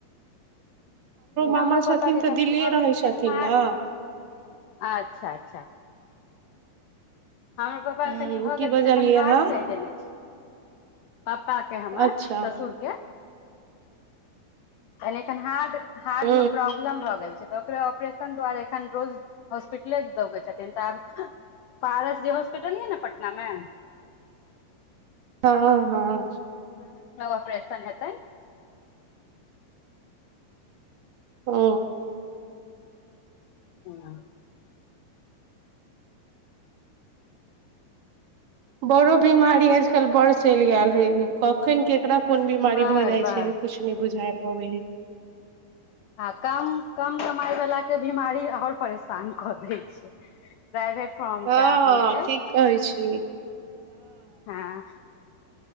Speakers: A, on the left; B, on the right.
A: हमरो
B: मामा छथिन
A: पप्पा के
B: तऽ
A: कनि
B: दिल्लीए
A: भऽ
B: रहै
A: गेल छनि
B: छथिन
A: हार्ड
B: ने
A: अच्छा अच्छा अच्छा हमर पप्पा
B: ह
A: के कनि भऽ
B: की
A: गेल छैन
B: बजलियै
A: कनी हार्ड
B: अहाँ
A: कहि देने छै पप्पा के हमर
B: अच्छा
A: ससुर के एखन हार्ड हार्ड
B: ह
A: मे प्रॉब्लम भऽ गेल छै ओकरा ऑपरेशन द्वारे एखन रोज हॉस्पिटले दौगै छथिन तऽ आब पारस हॉस्पिटल ये ने पटनामे
B: हँ हँ
A: ऑपरेशन हेतै
B: ओ
A: हूँ
B: बड़ो बिमारी आजकल बड़ चलि गेल है कखन के ककरा कोन बीमारी
A: बर
B: भऽ जाइ
A: बर
B: छै कुछ नहि बुझा पाबै है
A: आ कम कम कमाइ वला के बीमारी आओर परेशान कऽ दै छै प्राइवेट फॉर्म
B: हँ
A: के आदमी
B: हँ
A: के
B: ठीक कहै छी
A: हँ